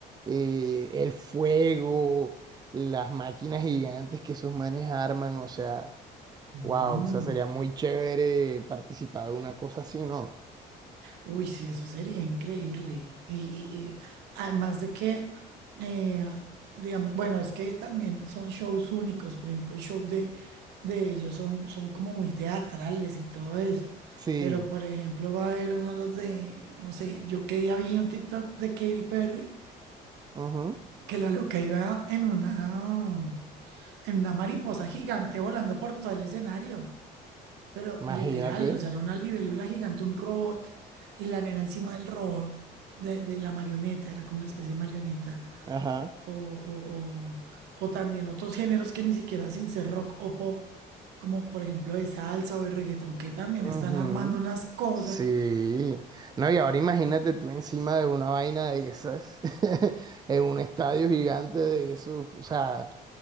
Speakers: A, on the right; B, on the right.
A: eh, el fuego, las máquinas gigantes que esos manes arman, o sea,
B: Mm.
A: wow, o sea, sería muy chévere participar de una cosa así, ¿no?
B: Uy, sí, eso sería increíble. Y, y- y además de que, eh, digamos, bueno, es que también son shows únicos, por ejemplo, el show de, de ellos son, son como muy teatrales y todo eso.
A: Sí,
B: Pero, por ejemplo, va a haber uno de los de, no sé, yo que día vi un TikTok de Katy Perry,
A: ujú,
B: que la loca iba en una, en una mariposa gigante volando por todo el escenario. Pero
A: Imagínate.
B: literal, o sea, era una libélula gigante, un robot, y la nena encima del robot, de, de la marioneta, era como una especie de marioneta.
A: Ajá.
B: O, o, o- o también otros géneros que ni siquiera sin ser rock o pop, como por ejemplo de salsa o de reggaetón, que también
A: Ujú.
B: están armando unas cosas
A: Sí, no, y ahora imagínate tú encima de una vaina de esas, <laughs> en un estadio gigante de eso, o sea,